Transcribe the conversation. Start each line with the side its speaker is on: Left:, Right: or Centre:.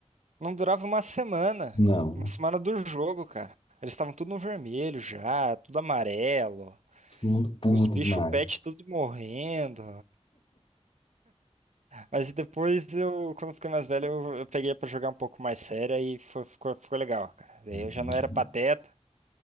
Right: não durava uma semana.
Left: não,
Right: Uma semana do jogo, cara. Eles estavam tudo no vermelho já, tudo amarelo.
Left: todo mundo puta
Right: Os bichos
Left: demais.
Right: pet tudo morrendo. Mas depois eu, quando eu fiquei mais velho, eu, eu peguei pra jogar um pouco mais sério e fo- ficou, ficou legal, cara. Daí
Left: Eu entendi,
Right: eu já não era pateta,